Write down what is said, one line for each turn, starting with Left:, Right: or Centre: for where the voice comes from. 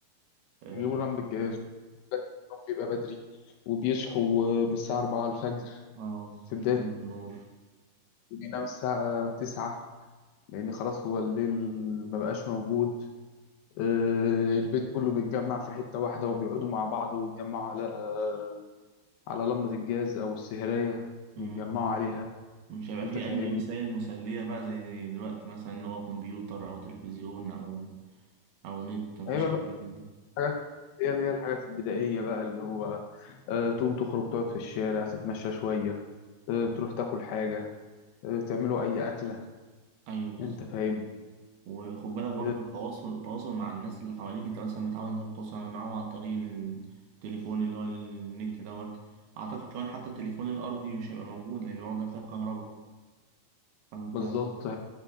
Right: اه
Left: هيجيبوا لهم بالجهاز النوم بيبقى بدري وبيصحوا من الساعة 4 الفجر
Right: آه،
Left: في
Right: من
Left: بداية
Right: بداية النور
Left: بينام الساعة 9 لأن خلاص هو الليل ما بقاش موجود آه، البيت كله بيتجمع في حتة واحدة وبيقعدوا مع بعض ويتجمعوا على آه، على لمبة الجاز أو السهرية
Right: مم.
Left: بيتجمعوا عليها
Right: مش هيبقى
Left: أنت
Right: في
Left: فاهمني؟
Right: أي وسائل مسلية بقى زي دلوقتي مثلا اللي هو كمبيوتر أو تلفزيون أو او نت مفيش
Left: هيبقى
Right: الكلام
Left: بقى
Right: ده
Left: الحاجات هي اللي هي الحاجات البدائية بقى اللي هو آه، تقوم تخرج تقعد في الشارع تتمشى شوية آه، تروح تاكل حاجة آه، تعملوا أي أكلة
Right: ايوه بالظبط
Left: أنت فاهم؟
Right: وخد بالك برضو
Left: آه،
Right: التواصل التواصل مع الناس اللي حواليك انت مثلا متعود انت بتتواصل يعني معاهم عن طريق التليفون اللي هو النت دوت اعتقد كمان حتى التليفون الارضي مش هيبقى موجود لان برضه محتاج كهرباء فانت
Left: بالظبط